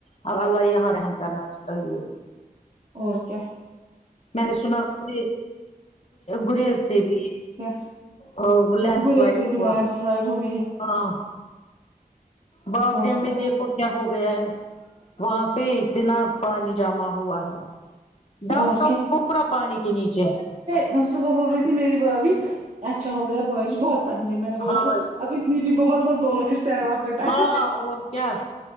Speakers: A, on the left; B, on the right.
A: اور اللہ یہاں رحم کرنا چاہیے
B: اور کیا
A: میں نے سنا گری گریز بھی
B: کیا
A: اور لینڈ
B: برے
A: سلائڈ
B: سے بھی
A: ہوا
B: لینڈ سلائڈ ہو بھی ہے
A: ہاں باپ
B: اور
A: یمیں
B: کیا
A: دیکھو کیا ہو گیا ہے وہاں پہ اتنا پانی جما ہوا ہے ڈاؤن
B: اور
A: ٹاؤن پورا پانی کے نیچے
B: ہم صبح بول رہی تھی میری بھابھی اچھا ہو گیا بارش بہت پڑنی چاہی میں نے بولا
A: ہاں
B: اس کو اب اتنی بھی بہت مت بولو پھر سیلاب کا ٹائم
A: ہاں اور کیا